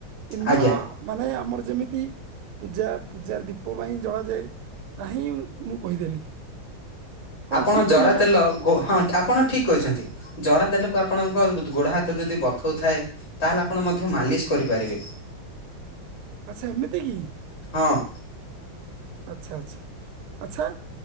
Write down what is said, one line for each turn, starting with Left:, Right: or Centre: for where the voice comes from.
Right: ଇନ୍ଧନ
Left: ଆଜ୍ଞା
Right: ମାନେ ଆମର ଯେମିତି ପୂଜା ପୂଜାର ଦୀପ ପାଇଁ ଜଳାଯାଏ ତାହିିଁ ମୁଁ କହିଦେଲି। କଣ
Left: ଆପଣ
Right: ଠିକ
Left: ଜଡା
Right: କହିଲି ନା
Left: ତେଲ ହଁ ଆପଣ ଠିକ କହିଛନ୍ତି ଜଡା ତେଲକୁ ଆପଣ ଗୋଡ ହାତ ଯଦି ବଥଉ ଥାଏ ତାହେଲେ ଆପଣ ମଧ୍ୟ ମାଲିସ କରିପାରିବେ।
Right: ଆଚ୍ଛା ଏମିତି କି?
Left: ହଁ
Right: ଆଚ୍ଛା ଆଚ୍ଛା ଆଚ୍ଛା